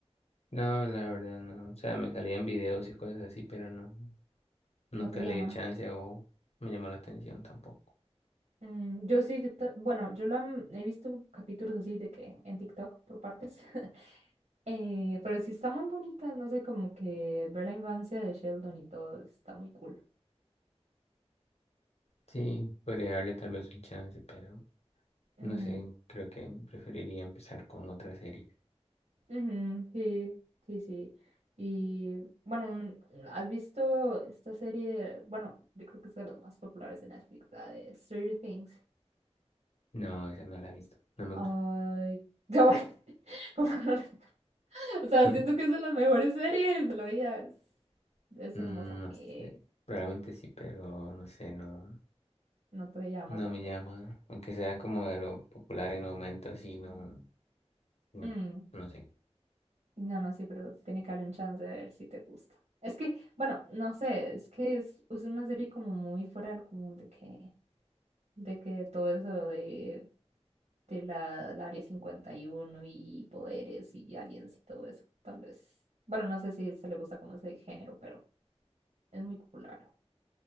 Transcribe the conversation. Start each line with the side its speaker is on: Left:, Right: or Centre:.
Left: No, la verdad no. O sea, me salían videos y cosas así, pero no, nunca
Right: ¿No te llama?
Left: le di el chance o me llamó la atención tampoco.
Right: Mm, yo sí, yo ta- bueno, yo la mm, he visto capítulos así de que en TikTok por partes, <laughs> eh, pero sí está muy bonita, no sé, como que ver la infancia de Sheldon y todo, está muy cool.
Left: Sí, podría darle tal vez un chance, pero
Right: Mm,
Left: no sé, creo que preferiría empezar con otra serie.
Right: ujú, sí, sí, sí. Y bueno, un- ¿has visto esta serie? Bueno, yo creo que es de las más populares de Netflix, la de Stranger Things.
Left: No, esa no la he visto, no me
Right: Ay,
Left: gusta.
Right: <laughs> yo, como no- o sea,
Left: <laughs>
Right: siento que es de las mejores series de la vida, es, es
Left: Mm,
Right: hermosa.
Left: No
Right: Eh,
Left: sé, probablemente sí, pero no sé, no.
Right: No te llama
Left: No
Right: tampoco.
Left: me llama, aunque sea como de lo popular en el momento, así no, no,
Right: Mm,
Left: no sé.
Right: No, no, sí, pero tiene que haber un chance de ver si te gusta. Es que, bueno, no sé, es que es, es una serie como muy fuera del común de que, de que todo eso de, de la, la Área 51 y uno y poderes y aliens y todo eso, tal vez. Bueno, no sé si se le gusta como ese género, pero es muy popular.